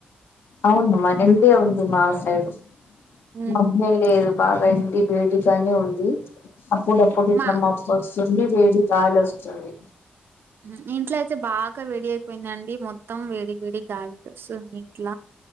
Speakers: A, on the left; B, on the right.
A: అవునమ్మా ఎండే ఉంది మా సైడు
B: ఉహు
A: మబ్బు లేదు బాగ ఇంటి వేడిగానే ఉంది, కానీ అప్పుడప్పుడు ఇట్లా
B: మా
A: మప్ వస్తుంది వేడిగాలి వస్తుంది.
B: ఉమ్ ఇంట్లో అయితే బాగా వేడి అయిపోయిందండి, మొత్తం వేడి వేడి గాలి వస్తుంది ఇంట్ల